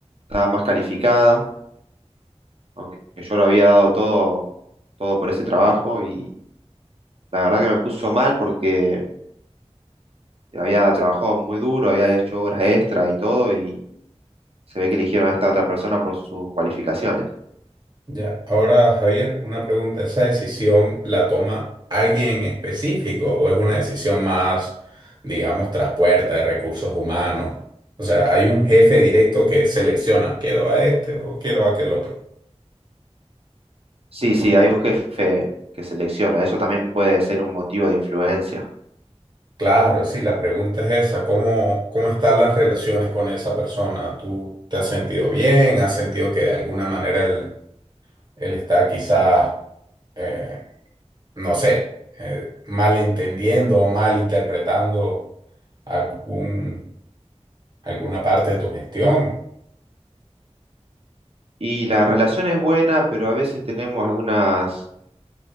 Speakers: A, on the right; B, on the right.
A: estaba más calificada aunque yo lo había dado todo, todo por ese trabajo y la verdad que me puso mal porque había trabajado muy duro, había hecho horas extra y todo y se ve que eligieron a esta otra persona por sus cualificaciones.
B: Ya, ahora Javier, una pregunta. ¿Esa decisión la toma alguien en específico o es una decisión más, digamos, tras puerta de recursos humanos? O sea, ¿hay un jefe directo que selecciona, quiero a este o quiero a aquel otro?
A: Sí, sí, hay un jefe que selecciona, eso también puede ser un motivo de influencia.
B: Claro, sí, la pregunta es esa. ¿Cómo, cómo están las relaciones con esa persona? ¿Tú te has sentido bien? ¿Has sentido que de alguna manera él, él está quizás, eh, no sé, eh, malentendiendo o malinterpretando? algún, alguna parte de tu gestión.
A: Y la relación es buena, pero a veces tenemos algunas,